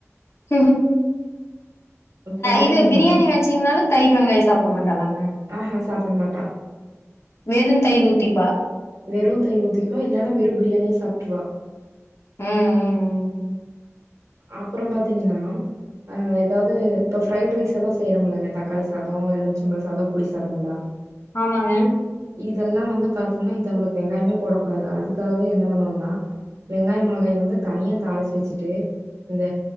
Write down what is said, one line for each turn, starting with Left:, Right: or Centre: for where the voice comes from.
Left: ம்ஹும்
Right: பாத்தீங்கன்னா
Left: இது பிரியாணி வச்சிங்கனாலும் தயிர் வெங்காயம் சாப்பிடமாட்டாளா
Right: ஆஹ்ஹா சாப்ப மாட்டா
Left: மேலும் தயிர் ஊத்திப்பா
Right: வெறும் தயிர் ஊத்தக்குவா இல்லைன்னா வெறும் பிரியாணியே சாப்பிட்டுருவா
Left: உம் உம் உம்
Right: அப்புறம் பாத்தீங்கன்னா அ எதாது இப்ப ஃப்ரைட் ரைஸ் எல்லா செய்றோம் இல்லங்க தக்காளி சாதோ எலுபிச்சம்பழோ சாதோ புளி சாதம்லா
Left: ஆமாங்க
Right: இதெல்லா வந்து பாத்தோம்னா இது அவுளுக்கு வெங்காயமே போடக்கூடாது அதுக்காகவே என்ன பண்ணோம்னா வெங்காயம் மொளகாய வந்து தனியா தாளிச்சி வெச்சிட்டு இந்த